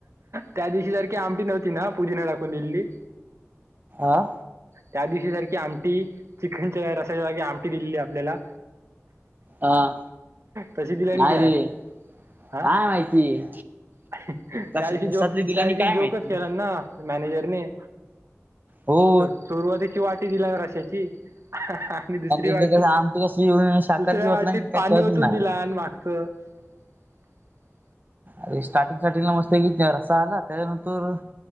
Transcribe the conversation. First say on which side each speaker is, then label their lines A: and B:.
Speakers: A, on the right (about 60°); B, on the right (about 35°).
A: त्या दिवशी सारखी आमटी नव्हती ना पुदीिना टाकून दिली
B: आह
A: त्या दिवशी सारखी आमटी चिकखनच्या रसाच्या जागी आमटी दिलेली आपल्याला
B: अ
A: तशी दिला न
B: नाही
A: काय
B: रे
A: हा
B: काय माहिती
A: त्या
B: कश
A: दिवशी
B: कशातली
A: जो त्या
B: दिल्यानी
A: दिवशी
B: काय
A: जोकच
B: माहिती
A: केला ना मॅनेजरने
B: हो
A: सु- सुरुवातीची वाटी दिला ना रशाची आणि दुसरी वाटी
B: इकडे कसं आमटी कसली शाकाहारीची
A: दुसऱ्या
B: होतला
A: वाटीत
B: की काय
A: पाणी
B: कळतच
A: वतून
B: नाही.
A: दिला आणि मागचं <inaudible>
B: अरे स्टार्टिंग स्टार्टिंगला मस्त की रस्सा आला त्याच्यानंतर